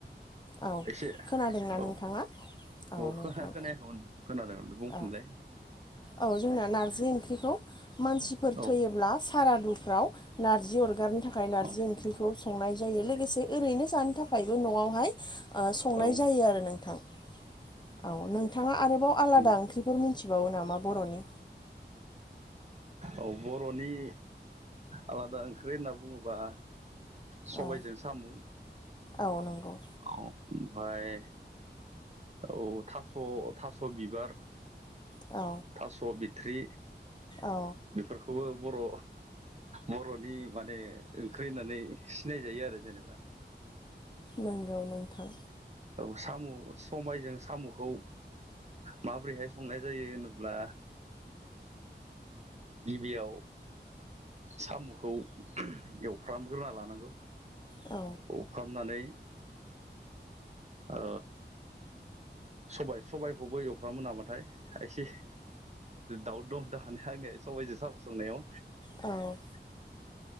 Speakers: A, on the left; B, on the right.
A: औ
B: एसे
A: खोनादोंना
B: औ
A: नोंथाङा औ
B: खोनायाखैमोन
A: नोंथां
B: खोनादोंमोन बुंफिनलाय
A: औ औ जोंना नारजि ओंख्रिखौ मानसिफोर
B: औ
A: थैयोब्ला सारादुफ्राव नारजि अरगारनो थाखाय नारजि
B: औ
A: ओंख्रिखौ संनाय जायो लोगोसे ओरैनो जानो थाखायबो न'आवहाय संनाय
B: औ
A: जायो आरो नोंथां औ नोंथाङा आरोबाव
B: नंगौ
A: आलादा ओंख्रिफोर मिथिबावो नामा बर'नि
B: औ बर'नि आलादा ओंख्रि होनना बुङोबा सबायजों
A: औ
B: साम'
A: औ नंगौ
B: ओमफफ्राय औ थास' थास' बिबार
A: औ
B: थास' बिथ्रि
A: औ
B: बेफोरखौबो बर' बर'नि माने ओंख्रि होननानै सिनायजायो आरो जेनेबा
A: नंगौ नांथां
B: औ साम' समबायजों साम'खौ माबोरैहाय संनाय जायो होनोब्ला गिबियाव साम'खौ एवफ्रामग्रोना लानांगौ
A: औ
B: एवफ्रामनानै ओ सबाय सबायखौबो एवफ्रामो नामाथाय एसे दाउट दं दान आंनि सबाइजों साबसंनायाव।
A: औ।